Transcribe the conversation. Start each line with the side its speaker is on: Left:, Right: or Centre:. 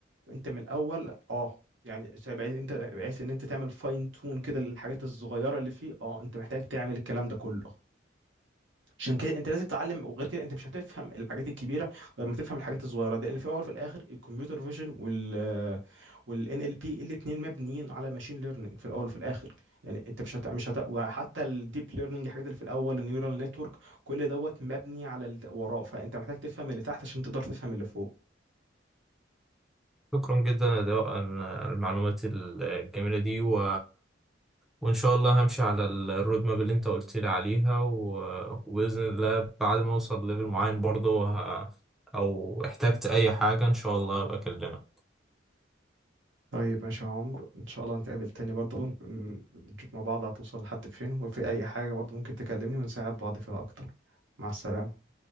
Right: انت من الاول اه يعني شا- بحيث انت بحيث ان انت تعمل فاين تون كده للحاجات الصغيره اللي فيه اه انت محتاج تعمل الكلام ده كله عشان كده انت لازم تتعلم وغير كده انت مش هتفهم الحاجات الكبيره غير ما تفهم الحاجات الصغيره ده لان في الاول وفي الاخر الكمبيوتر فيجن وال والان ال بي الاثنين مبنيين على ماشين ليرنينج في الاول وفي الاخر يعني انت مش هت... مش هت... وحتى الديب ليرنينج الحاجات اللي في الاول النيورال نتورك كل دوت مبني على اللي وراه فانت محتاج تفهم اللي تحت عشان تقدر تفهم اللي فوق
Centre: شكرا جدا يا ضياء عن المعلومات الجميله دي و... وان شاء الله همشي على الرود ماب اللي انت قلت لي عليها و... وباذن الله بعد ما اوصل ليفل معين برضه ه... او احتجت اي حاجه ان شاء الله ابقى اكلمك
Right: طيب ماشي يا عمرو ان شاء الله نتقابل تاني برضه ن- نشوف مع بعض هتوصل لحد فين وفي اي حاجه برضه ممكن تكلمني ونساعد بعض فيها اكتر مع السلامه